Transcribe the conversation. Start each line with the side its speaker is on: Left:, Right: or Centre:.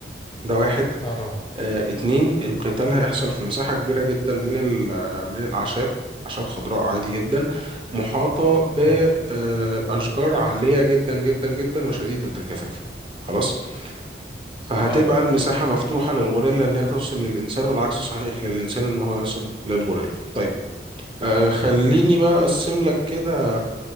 Right: ده واحد
Left: اه
Right: آه، اتنين القتال هيحصل في مساحه كبيره جدا من ال- آه، من الاعشاب اعشاب خضراء عادي جدا محاطه باشجار
Left: اه
Right: عاليه جدا جدا جدا وشديده الكثافه خلاص فهتبقى
Left: اه
Right: المساحه مفتوحه للغوريلا ان هي توصل للانسان والعكس صحيح للانسان ان هو يصل للغوريلا طيب آه
Left: اه
Right: خليني بقى أقسم لك كده